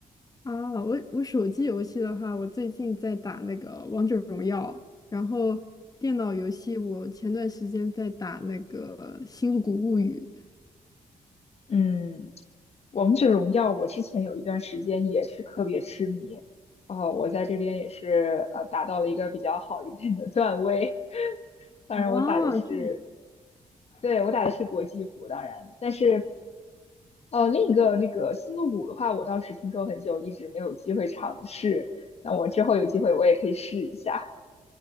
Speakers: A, on the left; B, on the left.
A: 啊，我我手机游戏的话，我最近在打那个王者荣耀，然后电脑游戏我前段时间在打那个《星露谷物语》。
B: 嗯，王者荣耀，我之前有一段时间也是特别痴迷，哦，我在这边也是呃达到了一个比较好一点的段位，<laughs> 当然我打的是，
A: 啊，哦，这
B: 对，我打的是国际服，当然，但是呃另一个那个星露谷的话，我倒是听说很久，一直没有机会尝试，那我之后有机会我也可以试一下，